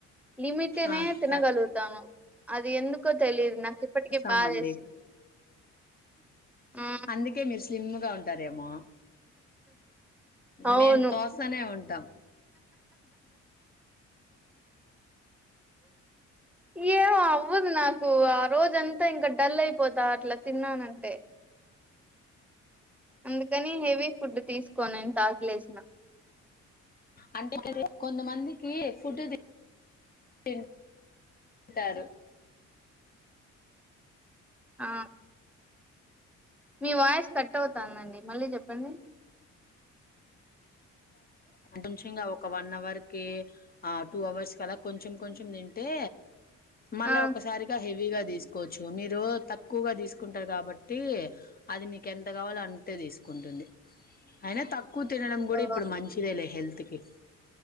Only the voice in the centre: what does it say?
లిమిట్నే
తినగలుగుతాను
అది ఎందుకో తెలిదు నాకు ఇప్పటికీ
బాధేస్తుంది ఆ
అవును
ఏమో అవ్వదు నాకు ఆ రోజంతా ఇంకా డల్ అయిపోతా అట్లా తిన్నానంటే అందుకని హెవీ ఫుడ్ తీసుకోను ఎంత ఆకలేసిన
ఆ మీ వాయిస్ కట్ అవుతుందండి మళ్ళీ చెప్పండి.
ఆ
ఓ